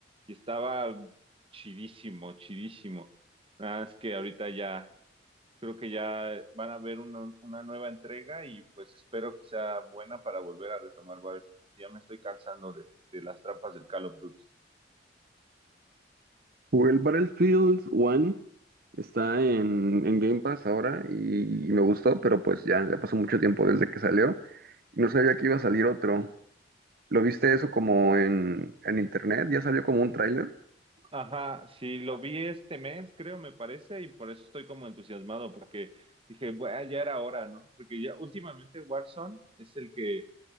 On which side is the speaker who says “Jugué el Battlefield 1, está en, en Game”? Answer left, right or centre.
Right